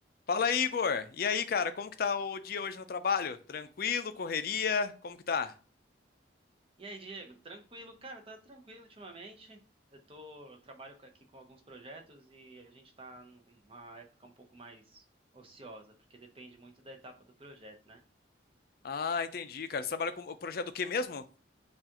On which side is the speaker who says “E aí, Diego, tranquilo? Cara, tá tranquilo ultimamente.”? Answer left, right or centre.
Right